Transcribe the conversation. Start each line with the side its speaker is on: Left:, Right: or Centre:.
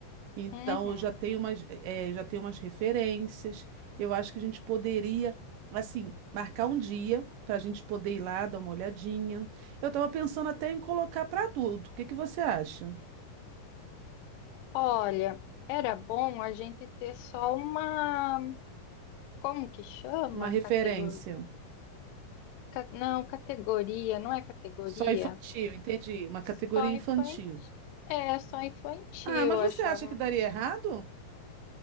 Right: Então,
Left: Uhum.
Right: eu já tenho umas, eh, já tenho umas referências. Eu acho que a gente poderia, assim, marcar um dia para a gente poder ir lá dar uma olhadinha. Eu estava pensando até em colocar para adulto. O que que você acha?
Left: Olha, era bom a gente ter só uma. Como que chama?
Right: Uma referência.
Left: Categoria. Não, categoria, não é categoria.
Right: Só infantil, entendi. Uma
Left: Só
Right: categoria infantil.
Left: infantil. É, só infantil,
Right: Ah,
Left: eu
Right: mas
Left: achava
Right: você acha que daria errado?